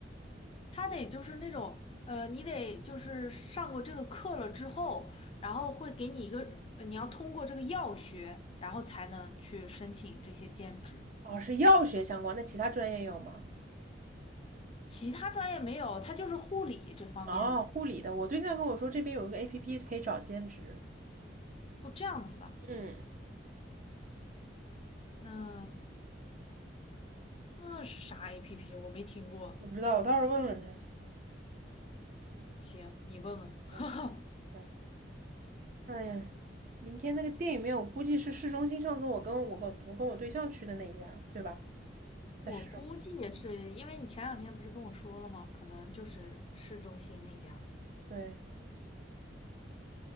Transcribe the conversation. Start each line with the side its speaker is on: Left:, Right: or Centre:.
Left: 他得就是那种呃，你得就是上过这个课了之后，然后会给你一个，呃你要通过这个药学，然后才能去申请这些兼职。
Right: 哦，是药学相关，那其他专业有吗？
Left: 其他专业没有，他就是护理这方面的，
Right: 哦，护理的。我对象跟我说这边有一个 app 可以找兼职，
Left: 哦，这样子的。
Right: 嗯，
Left: 那那是啥 APP？我没听过。
Right: 我不知道，我到时候问问他。
Left: 行，你问问。<laughs> 哈哈，
Right: 行行，哎呀，明天那个电影院，我估计是市中心。上次我跟我跟我跟我对象去的那一家，对吧？在市中。
Left: 我估计也是，因为你前两天不是跟我说了吗？可能就是市中心那家。
Right: 对，